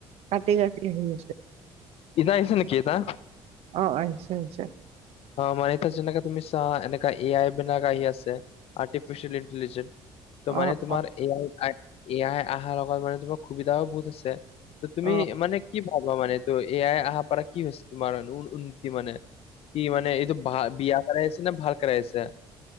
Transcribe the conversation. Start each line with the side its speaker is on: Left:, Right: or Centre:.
Right: কাটি-কাটি আহিছে।
Left: এতিয়া আহিছে নেকি এতিয়া?
Right: অ', আহিছে-আহিছে।
Left: অ', মানে যেনেকাে তুমি চা এনেকা এ আই বিন আহি আছে আৰ্টিফিচিয়েল ইণ্টেলিজেন্ঞ্চ। ত
Right: অ
Left: মানে তোমাৰ
Right: অ
Left: এ আ <unintelligible> এয়াই অহাৰ লগত মানে তোমাৰ সুবিধাও বহুত আছে। ত তুমি
Right: অ
Left: মানে কি ভাবা মানে ত এয়াই অহা পৰা কি হৈছে তোমাৰ উন্নতি মানে? কি মানে এইটো বিয়া কৰাই আহ আছে নে ভাল কৰা আহ আছে? <unintelligible>